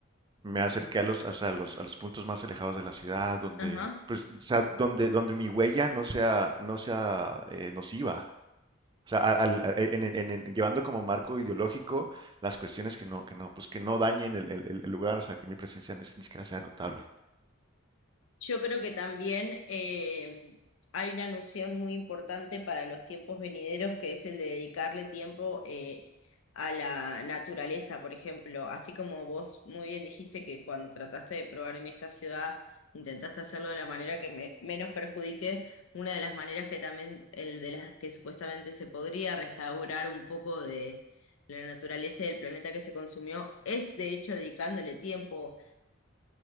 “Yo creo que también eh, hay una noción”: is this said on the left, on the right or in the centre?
Left